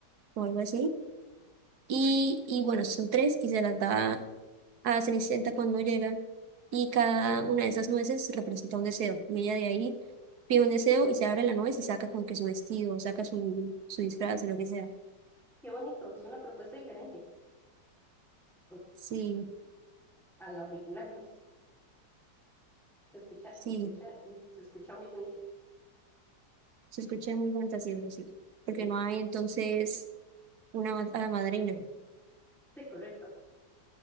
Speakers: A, on the right; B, in the centre.
A: o algo así. Y, y bueno, son tres y se las da a Cenicienta cuando llega y cada una de esas nueces representa un deseo. Y ella de ahí pide un deseo y se abre la nuez y saca como que su vestido, saca su, su disfraz, o lo que sea.
B: Qué bonito, es una propuesta diferente pues,
A: Sí,
B: a la original, pues. Se escucha,
A: sí,
B: se escucha, se, se escucha muy bonito.
A: se escucha muy fantasioso, sí. Porque
B: Sí,
A: no hay entonces una ma- hada madrina.
B: sí, correcto.